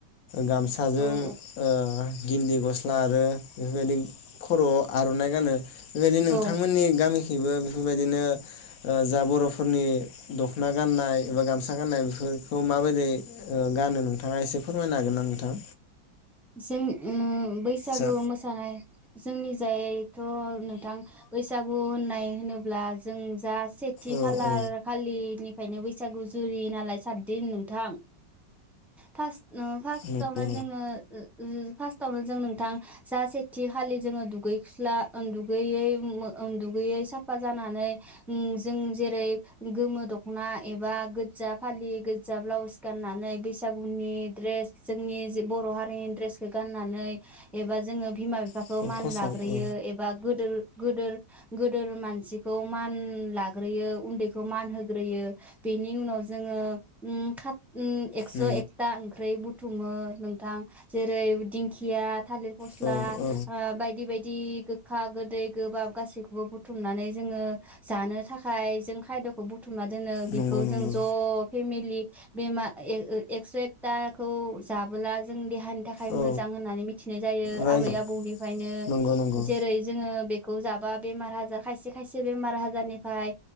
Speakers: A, on the left; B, in the centre.
A: गामसाजों
B: औ
A: ओ गिन्दि गस्ला आरो बेफोरबायदि खर' आर'नाइ गानो बेबायदि नोंथांमोननि
B: औ औ
A: गामि गेबो बेफोरबायदिनो जा बर'फोरनि दख'ना गाननाय एबा गामसा गाननाय बेफोरखौ माबायदि गानो नोंथाङा एसे फोरमायनो हागोन ना नोंथां
B: जों ओ बैसागु
A: जा
B: मोसानाय जोंनि जाय थ' नोंथां बैसागु होननाय होनोब्ला जों जा सेथि
A: औ
B: खालार
A: औ
B: खालि ओमफ्रायायनो बैसागु जुरि नालाय सातदिन नोंथां फार्स्ट फार्स्टआवनो
A: नंगौ
B: जोङो फार्स्टावनो जों नोंथां जा सेथि खालि जोङो दुगैसुस्ला दुगैयै उ दुगैयै साफा जानानै जों जेरै गोमो दख'ना एबा गोज्जा फालि गोजा ब्लाउस गाननानै बैसागुनि द्रेस जोंनि जे बर' हारि नि द्रेसखौ गाननानै एबा जोङो बिमा बिफा बिफाखौ
A: नंगौ
B: मान
A: खसाब
B: लाग्रोयो
A: औ
B: एबा गोदो गोदोर गोदोर मानसिखौ मान लाग्रोयो उन्दैखौ मान होग्रोयो बेनि उनाव जोङो ओम खा उ एकस'
A: नंगौ।
B: एकता ओंख्रै बुथुमो नोंथां जेरै दिंखिया थालिर फस्ला
A: औ औ
B: बायदि बायदि गोखा गोदै गोबाब गासैखौबो बुथुमनानै जोङो जानो थाखाय जों खायद'खौ बुथुमना दोनो बेखौ
A: नंगौ नंगौ
B: जों ज' फेमलि बेम एक्स्र एकाखौ जाबोला जों देहानि थाखाय मोजां
A: औ
B: होननानै मि थिनाय जायो
A: रायजो
B: आबै आबौनिफ्रायनो
A: नंगौ नंगौ
B: जेरै जोङो बे जाबा बेमार आजार खायसे खायसे बेमार आजारनिफ्राय